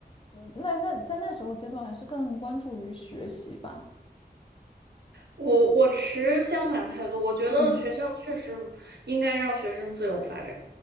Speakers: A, on the left (about 30°); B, on the right (about 85°).
A: 呃那那在那时候阶段还是更关注于学习吧。
B: 我我持相反态度，我觉得学校确实应该让学生自由发展，
A: 嗯。